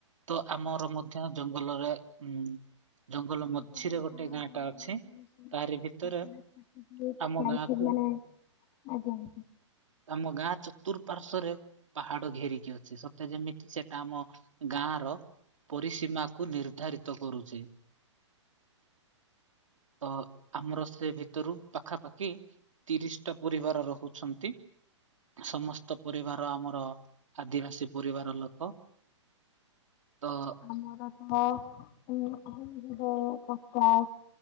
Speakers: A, on the right; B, on the left.
A: ତ ଆମର ମଧ୍ୟ ଜ ଭଲରେ ଉଁ ଜଙ୍ଗଲ
B: ନିଜର
A: ମଝିରେ ଗୋଟେ
B: ଗାଁ ର
A: ଟା ଅଛି ତାହାରି ଭିତରେ
B: <inaudible>
A: ଆମ
B: ଖାଇଥିଲ
A: ଗାଁକୁ
B: ମାନେ ଆଜ୍ଞା ଆଜ୍ଞା।
A: ଆମ ଗାଁ ଚତୁରପାର୍ଶ୍ୱ ରେ ପାହାଡ ଘେରିକି ଅଛି ସତେ ଯେମିତି ସେଟା ଆମ ଗାଁ ର ପରିସୀମାକୁ ନିର୍ଦ୍ଧାରିତ କରୁଛି। ତ ଆମର ସେ ଭିତରୁ ପାଖାପାଖି ତିରିଶି ଟା ପରିବାର ରହୁଛନ୍ତି ସମସ୍ତ ପରିବାର ଆମ ର ଆଦିବାସୀ ପରିବାର ଲୋକ। ତ
B: ଆମର ସହ ଉଁ ଉଁ ଯିବେ ପଚାଶ